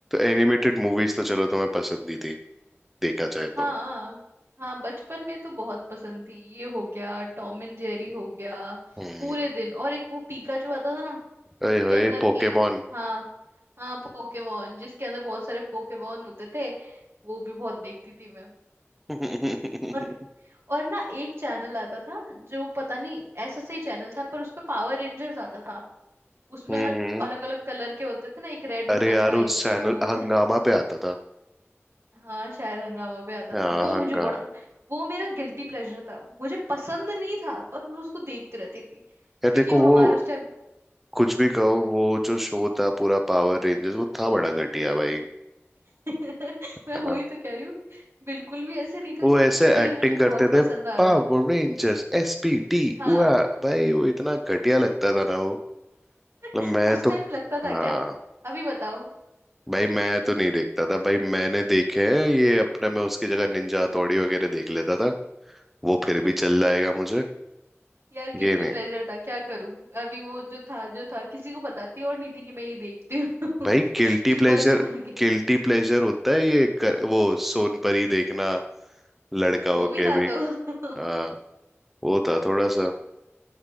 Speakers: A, in the centre; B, on the right.
A: एनिमेटेड मूवीज तो चलो तुम्हें पसंद ही थी देखा जाए
B: हाँ
A: तो
B: हाँ बचपन में तो बहुत पसंद थी ये हो गया टॉम एंड जेरी हो गया
A: हम्म
B: पूरे दिन और एक वो पीकाचू आता था ना
A: अरे
B: जिसके
A: होए
B: अंदर एक
A: पोकेमोन
B: हाँ हाँ पोकेमोन जिसके अंदर बहुत सारे पोकेमोन होते थे वो भी बहुत देखती थी मैं
A: हम्म
B: और और ना एक चैनल आता था जो पता नहीं ऐसा सही चैनल था पर उस पे पावर रेंजर्स आता था उसमें
A: हम्म
B: ना अलग अलग कलर के होते थे ना एक रेड होता
A: अरे यार
B: था
A: उस
B: एक ब्लू
A: चैनल हंगामा पे आता था
B: हाँ शायद हंगामा पे आता
A: हाँ
B: था वो मुझे
A: हंगा
B: बड़ा वो मेरा गिल्टी प्लेजर था मुझे पसंद नहीं था पर मैं उसको देखती रहती थी
A: यार
B: क्योंकि
A: देखो
B: वो
A: वो
B: हमारे उस टाइम
A: कुछ भी कहो
B: हम्म
A: वो जो शो था पूरा पावर रेंजर्स वो था बड़ा घटिया भाई
B: <laughs>
A: है
B: मैं वही
A: ना
B: तो कह रही हूँ बिल्कुल भी ऐसे नहीं था
A: वो
B: कि
A: ऐसे
B: भाई
A: एक्टिंग
B: मुझे
A: करते
B: बहुत पसंद
A: थे
B: आ
A: पावर
B: रहा हो
A: रेंजर्स एसपीडी
B: हाँ
A: हुआ भाई वो इतना घटिया लगता था ना वो
B: <laughs>
A: मतलब मैं
B: उस
A: तो
B: टाइम लगता था
A: हाँ
B: क्या अभी बताओ
A: भाई मैं तो नहीं देखता था भाई मैंने देखे हैं ये अपने मैं उसकी जगह निंजा हथौड़ी वगैरह देख लेता था वो
B: <laughs>
A: फिर भी चल जाएगा मुझे
B: यार गिल्टी
A: ये नहीं
B: प्लेजर था क्या करूं अभी वो जो था जो था किसी को बताती और नहीं थी कि मैं ये देखती हूँ
A: भाई गिल्टी
B: <laughs> छुपा
A: प्लेजर
B: छुपा के
A: गिल्टी प्लेजर होता है ये कर, वो सोनपरी देखना लड़का
B: वो
A: होके
B: भी था
A: भी
B: तो <laughs>
A: हाँ वो था थोड़ा सा